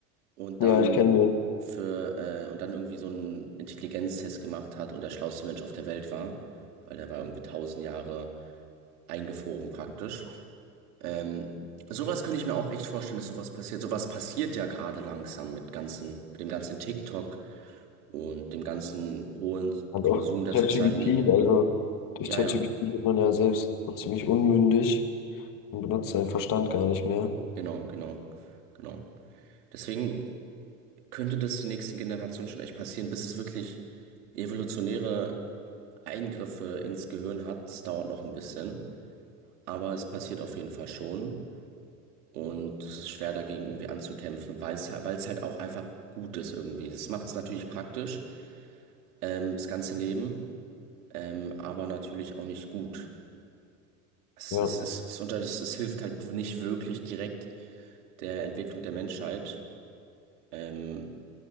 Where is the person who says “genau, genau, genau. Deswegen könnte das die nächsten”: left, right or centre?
Right